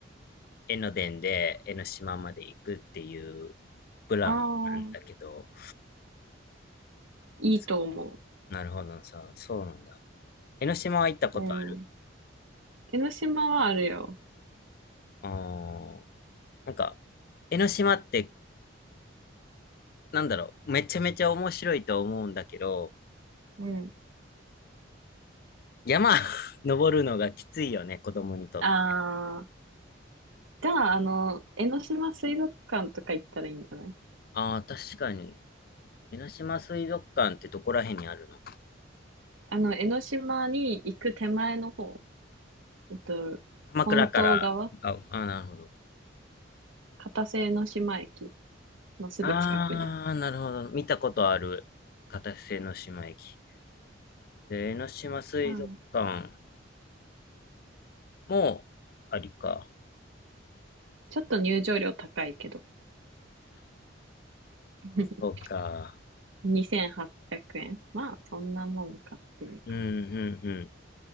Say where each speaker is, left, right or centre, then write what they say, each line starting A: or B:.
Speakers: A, on the left (about 50°); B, on the right (about 85°).
A: 江ノ電で江ノ島まで行くっていうプランなんだけど、
B: ああ、いいと思
A: そなるほどさ、そうなんだ。江ノ島は行ったことある。
B: う。うん。江ノ島はあるよ。
A: あーなんか、江ノ島って、なんだろう、めちゃめちゃ面白いと思うんだけど、
B: うん。
A: 山 <laughs> 登るのがきついよね、子供にとって。
B: ああ、じゃあ、あの、江ノ島水族館とか行ったらいいんじゃない
A: ああ、確かに。江ノ島水族館ってどこら辺にあるの
B: あの、江ノ島に行く手前の方、えっと、
A: 鎌倉から、
B: 本島側、
A: あ、あ、なるほど。
B: 片瀬江ノ島駅のすぐ近くにある。
A: ああ、なるほど。見たことある。片瀬の島駅。で、江ノ島水族館
B: うん。
A: もありか。
B: ちょっと入場料高いけど、<laughs>
A: そうか。
B: 2800円。まあ、そんなもんかっていうか、
A: うん、うん、うん。